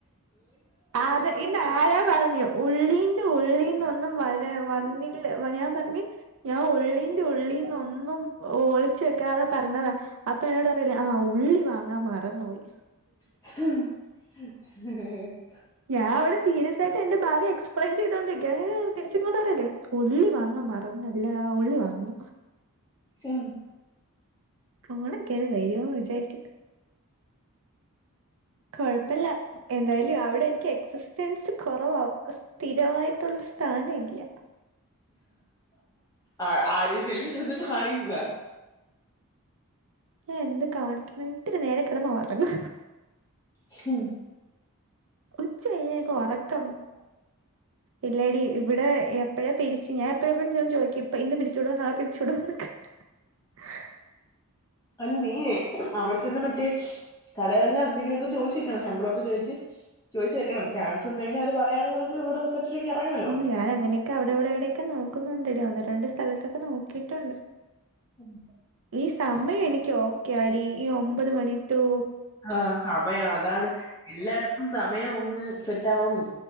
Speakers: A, on the right; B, on the left.
A: അത് ഇന്റെ ആരാ പറഞ്ഞു ഉള്ളീ് ഉള്ളീന്ന്ൊന്നും വര വന്നി ഇല്ല ഞാൻ പറഞ്ഞഞ് ഞാൻ ഉള്ളീറെ ഉള്ളി ഒന്നും ഒളിച്ച വെക്കാതെ പറഞ്ഞത അപ്പൊ എന്നോട് പറല്ലേ ആ ഉള്ളി വാങ്ങാ മറന്നോയി
B: <unintelligible>
A: ഞാൻ അടെ സീരിയ ആയിട്ട് എന്റെ ഭാഗം എക്സ്പ്െൻ ചെയ്തോണ്ടിരിക്കഏ തിരിച്ചങ്ങോട്ട പററല്ലേ പുള്ളി വാങ്ങ മറം നല്ല ഉള്ളി വാങ്ങ
B: ഉ
A: കാണക്ക വരുന്ന് വിചാരിക്ക കൊഴപ്പില്ല എന്തായാലും അവിടെ എനിക്ക് എക്സിസ്റ്റൻസ് കുറവാ സ്ഥിരമായിട്ടുള്ള സ്ഥാന ഇല്ല അ
B: ആ ആ രീതിൽ ചെന്ന് കാണിക്കുന്ന
A: ഞ എന്ത് കാണിക്കണം ഇത്തിരി നേരം കിടന്നു റങ്ങ
B: ഹം
A: ഉച്ചനക്ക് ഉറക്കം ഇല്ലാടി ഇവിടെ എപ്പഴാ പിരിച്ച്ു ഞാൻ എപ്പഴ എവിഴന്തും ചോദിക്കി ഇപ്പ ഇന്ന് പിടിച്ചു വിട നളെ പിടിച്ചു വിടന്ന്ഒക്കെ <unintelligible>
B: അല്ല നീേ അവിടെത്തന്നെ മറ്റേ കടകളില എന്തെങ്കിലുമൊക്കെ ചോയിിച്ചിരിക്കണോ ശമ്പളമൊക്കെ ചോയിച്ച് ചോദച്ച് വെക്കണം ചാസ് ഒന്ന കഴിഞ്ഞാ അവര് പറയാണെങ്ക നമക്ക് ഇവിടെ <unintelligible> ഇറങ്ങാലോ
A: ഉ ഞാൻ അങ്ങനെയൊക്കെ അവിടെ എവിടെ എവിടെൊക്കെ നോക്കുന്നുണ്ട്ട ഒന്ന് രണ്ട് സ്ഥലത്തൊക്കെ നോക്കിയിട്ടുണ്ട്
B: ഉം
A: ഈ സമയം എനിക്ക് ഓക്കെ അടി ഈ ഒമ്പത് മണി ൂ
B: ആഹ് സമയം അതാണ് എല്ലായിടത്തും സമയം അങ്ങ് സെറ്റ് ആകണംന്ന്